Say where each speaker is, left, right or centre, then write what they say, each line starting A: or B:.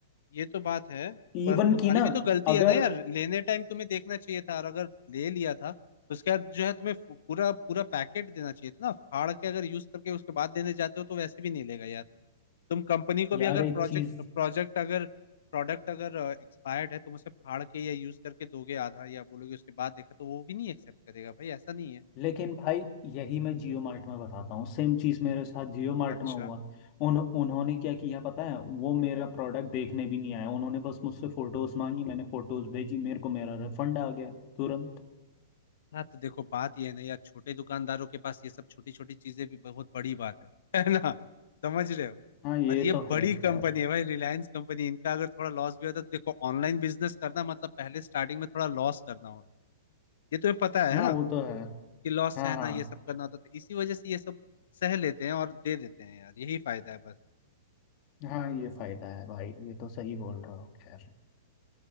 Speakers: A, on the left; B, on the left.
A: ये तो बात है पर
B: इवन
A: तुम्हारी
B: की ना
A: भी तो गलती
B: अगर
A: है ना यार लेने टाइम तुम्हें देखना चाहिए था और अगर ले लिया था तो उसके बाद जो है तुम्हें फु- पूरा पूरा पैकेट देना चाहिए था ना फाड़ के अगर यूज करके उसके बाद देने जाते हो तो वैसे भी नहीं लेगा यार तुम कंपनी को
B: यार
A: भी अगर
B: एक
A: प्रोजेक्ट
B: चीज
A: प्रोजेक्ट अगर प्रोडक्ट अगर एक्सपायर्ड है तुम उसे फाड़ के या यूज करके दोगे आधा या बोलोगे उसके बाद देखा तो वो भी नहीं एक्सेप्ट करेगा भाई ऐसा नहीं है
B: लेकिन भाई यही मैं जियो मार्ट में बताता हूँ सेम चीज मेरे साथ जियो मार्ट
A: अच्छा
B: में हुआ उन, उन्होंने क्या किया पता है वो मेरा प्रोडक्ट देखने भी नहीं आया उन्होंने बस मुझसे फोटोज मांगी मैंने फोटोज भेजी मेरे को मेरा रिफंड आ गया तुरंत
A: हाँ तो देखो बात ये है ना यार छोटे दुकानदारों के पास ये सब छोटी छोटी चीजें भी बहुत बड़ी बात है <laughs> है ना समझ रहे हो
B: हाँ ये
A: और ये
B: तो है
A: बड़ी
B: खैर
A: कंपनी है भाई रिलायंस कंपनी इनका अगर थोड़ा लॉस भी होता है तो देखो ऑनलाइन बिजनेस करना मतलब पहले स्टार्टिंग में थोड़ा लॉस करना होता है ये तुम्हें पता है
B: हाँ
A: है ना
B: वो तो है
A: कि लॉस
B: हाँ
A: सहना
B: हाँ
A: ये सब करना होता है तो इसी वजह से ये सब सह लेते हैं और दे देते हैं यार यही फायदा है बस
B: हाँ ये फायदा है भाई ये तो सही बोल रहा हो खैर